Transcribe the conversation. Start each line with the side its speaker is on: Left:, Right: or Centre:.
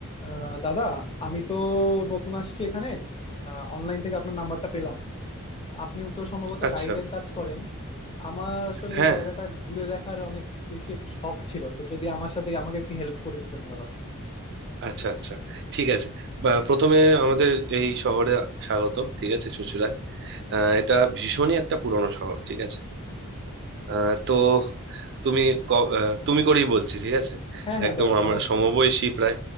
Left: আহ, দাদা আমি তো নতুন আসছি এখানে অনলাইন থেকে আপনার নাম্বারটা পেলাম আপনিও তো সম্ভবত
Right: আচ্ছা
Left: গাইডের কাজ করেন আমার আসলে
Right: হ্যাঁ
Left: এই জায়গাটা ঘুরে দেখার অনেক বেশি একটু শখ ছিল তো যদি আমার সাথে আমাকে একটু হেল্প করে দিতেন দাদা
Right: আচ্ছা আচ্ছা ঠিক আছে বা প্রথমে আমাদের এই শহরে স্বাগত ঠিক আছে চুঁচুড়ায় আহ, এটা ভীষণই একটা পুরনো শহর ঠিক আছে আহ, তো তুমি ক- আহ, তুমি করেই বলছি ঠিক আছে
Left: হ্যাঁ হ্যাঁ
Right: একদম
Left: দাদা
Right: আমার
Left: সমস্যা
Right: সমবয়সী
Left: নেই
Right: প্রায়